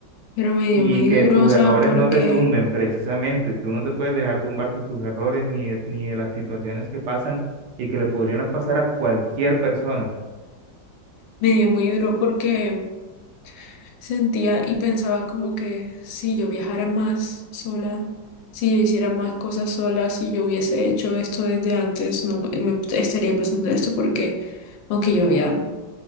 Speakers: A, on the left (about 85°); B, on the right (about 70°).
A: Pero me dio
B: Y
A: muy
B: que
A: duro,
B: tus
A: o
B: errores
A: sea, porque
B: no te tumben precisamente. Tú no te puedes dejar tumbar de tus errores ni de, ni de las situaciones que pasan y que le podrían pasar a cualquier persona.
A: me dio muy duro porque Sentía y pensaba como que si yo viajara más sola, si yo hiciera más cosas sola, si yo hubiese hecho esto desde antes, no me estaría pasando esto porque aunque yo había